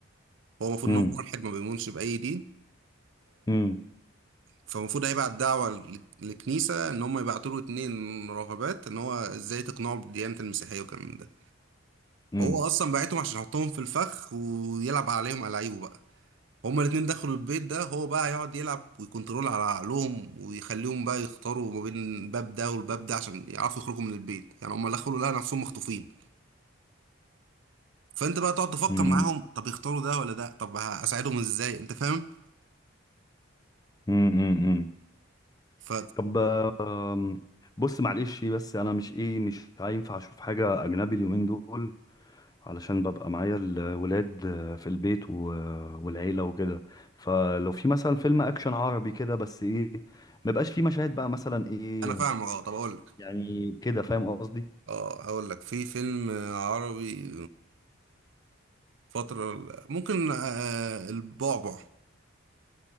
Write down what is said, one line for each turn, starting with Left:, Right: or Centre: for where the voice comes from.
Right: هو المفروض
Left: امم
Right: ان هو ملحد ما بيؤمنش باي دين
Left: امم
Right: فالمفروض هيبعت دعوة لل- للكنيسة إن هم يبعتوا له اتنين راهبات إن هو إزاي تقنعوا بالديانة المسيحية والكلام من ده
Left: امم
Right: هو أصلا بعتهم عشان يحطهم في الفخ ويلعب عليهم ألاعيبه بقى هما الاتنين دخلوا البيت ده هو بقى هيقعد يلعب ويكنترول على عقلهم ويخليهم بقى يختاروا ما بين الباب ده والباب ده عشان يعرفوا يخرجوا من البيت يعني هما دخلوا لقوا نفسهم مخطوفين فانت بقى تقعد تفكر
Left: امم
Right: معاهم طب يختاروا ده ولا ده طب هساعدهم ازاي انت فاهم
Left: امم
Right: ف
Left: طب آم، بص معلش بس انا مش ايه مش هينفع اشوف حاجه اجنبي اليومين دول علشان ببقى معايا الولاد في البيت و- والعيلة وكده فلو في مثلا فيلم أكشن عربي كده بس إيه مبقاش فيه مشاهد بقى مثلا إيه
Right: انا فاهم اه طب اقول لك
Left: يعني كده فاهم قصدي
Right: اه اقول لك في فيلم عربي فترة ممكن آه، البعبع